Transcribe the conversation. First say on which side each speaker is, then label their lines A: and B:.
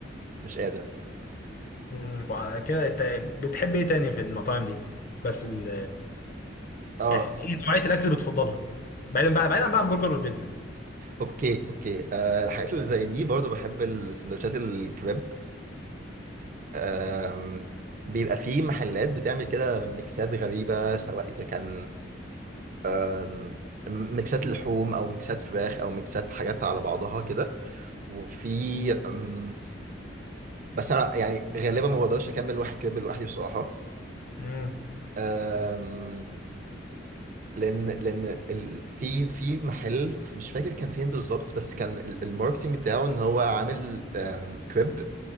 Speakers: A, on the right; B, on the left.
A: مش قادر
B: مم، وعلى كده انت بتحب ايه تاني في المطاعم دي بس ال...
A: اه
B: يعني ايه نوعية الاكل اللي بتفضلها بعيدا بقى بعيدا بقى عن البرجر والبيتزا
A: اوكي اوكي آه الحاجات اللي زي دي برضو بحب السندوتشات الكباب آم، بيبقى في محلات بتعمل كده ميكسات غريبة سواء إذا كان آم، ميكسات لحوم أو ميكسات فراخ أو ميكسات حاجات على بعضها كده وفي آم، بس أنا يعني غالبا ما بقدرش أكمل واحد كباب لوحدي بصراحة
B: امم
A: آم، لأن لأن ال- في في محل مش فاكر كان فين بالظبط بس كان ال- الماركتينج بتاعه إن هو عامل آم، كريب